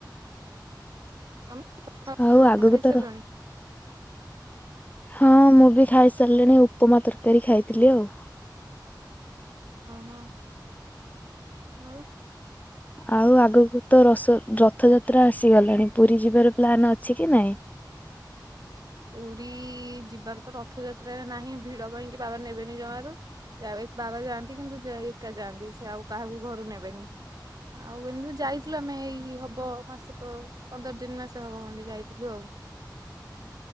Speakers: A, on the right (about 55°); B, on the left (about 20°).
A: ତମେ ସକାଳେ
B: ଆଉ
A: ଖାଇବା
B: ଆଗକୁ
A: କଣ? ଖାଇସାରିଲଣି।
B: ତ ହଁ ମୁଁ ବି ଖାଇସାରିଲିଣି ଉପମା ତରକାରୀ ଖାଇଥିଲି ଆଉ।
A: ଓହୋ ହଁ ଆଉ।
B: ହ ଆଉ ଆଗକୁ ତ ରଥ ରଥଯାତ୍ରା ଆସିଗଲାଣି। ପୁରୀ ଯିବାର ପ୍ଲାନ ଅଛି କି ନାଇଁ?
A: ପୁରୀ ଯିବାର ତ ରଥଯାତ୍ରାରେ ନାହିଁ ଭିଡ ପାଇଁକି ବାବା ନେବେନି ଜମାରୁ। ଯା ବାବା ଯାଆନ୍ତି କିନ୍ତୁ ଏକା ଯାଆନ୍ତି ସେ ଆଉ କାହାକୁ ଘରୁ ନେବେନି। ଆଉ କିନ୍ତୁ ଯାଇଥିଲୁ ଆମେ ଏଇ ହବ ମାସେ ପନ୍ଦର ତିନି ମାସ ହବ ଖଣ୍ଡେ ଯାଇଥିଲୁ ଆଉ।